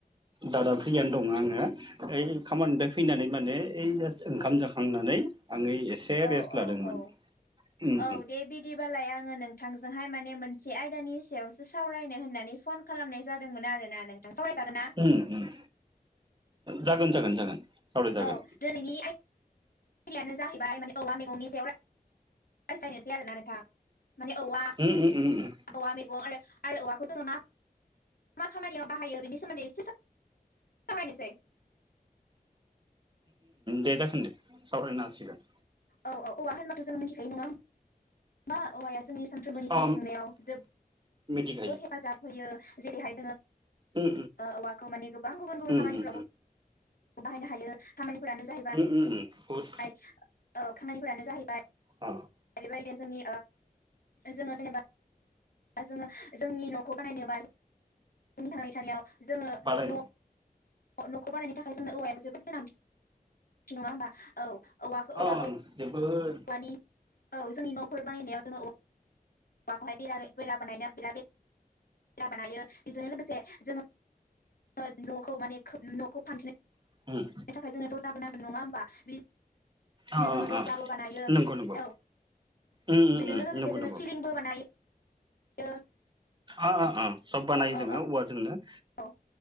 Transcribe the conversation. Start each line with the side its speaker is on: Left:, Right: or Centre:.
Right: दादा फ्रियानो दंङो आंङो ओइ खामानिानिफ्राय फैनानै माने ओइ जास्ट ओंखाम जाखांनानै। आङो एसे
Left: औ
Right: रेस्ट
Left: औ
Right: लादोंमोन
Left: औ
Right: उम
Left: औ दे बिदिबालाय आंङो नोंथांजोंहाय माने मोनसे आयदानि सायावस सावरायनो होननानै फन खालामनाय जादोंमोन आरोना नों? सावराय जागोन नाथागोन ना?
Right: उम उम जागोन जागोन जागोन। सावरायजागोन
Left: औ दिनैनि बिलिायानो जाहैबाय माने औवा मैगंनि सायाव रायज्लायनोसै आरोना नोंथां। माने औवा
Right: उम उम उम।
Left: औवा मैगं आरो आरो औवाखौ जोंङो मा मा खामानियाव बाहायो बेनि सोमोन्दै एसे सारि सै
Right: दे जागोन दे सावरायनो हासिगोन
Left: औ औ औवा होनबाथ' जों मिथिखायो नंङा मा औवाया जोंनि। सानफ्रोमबोनि जिउ
Right: अ
Left: खुंनायाव ज
Right: मिथिखायो
Left: जबोद हेफाजाब होयो जेरैहाय।
Right: उम
Left: औवाखौ माने गोबां गुबुन गुबुन
Right: उम
Left: खामानिफ्राव
Right: उम
Left: बाहायनो हायो खामानि फोरानो जाहैबाय
Right: उम उम उम बहुद
Left: औ खामानिफोरानो जाहैबाय।
Right: अ
Left: बेबायदिनो जोंनि जोंङो जेनेबा जोंङो। जोंनि न'खौ बानायनोबा जोंनि थांनानै थानायाव जोंङो
Right: होमबालाय
Left: न' न'खौ बानायनो थाखाय जोंनो औवायाबो जोबोद गोनांथि नंङा होमबा औ
Right: <unintelligible>
Left: औवाखौ औवा औवानि औ जोंनि न'फोर बानायनायाव जोंङो। माखौहाय बिरा फर बानायनो बिराद बे खेला बानायो बेजोंनो लोगोसे जोंङो। न'खौ माने न'खौ फानथेनो
Right: उम
Left: थाखाय जोंनाथ' दाबोनांगोन नंङा होमबा बि
Right: अ
Left: बिदिनो जोंङो दुरजाबो
Right: अ
Left: बानायो
Right: नंगौ नंगौ
Left: औ
Right: उम उम
Left: बेजों
Right: उम
Left: लोगोसे
Right: नंगौ
Left: जोंङो
Right: नंगौ
Left: सिलिंबो बानायो
Right: अ - अ - अ सब बानायो
Left: औ
Right: जोंङो <unintelligible> जोंनो
Left: औ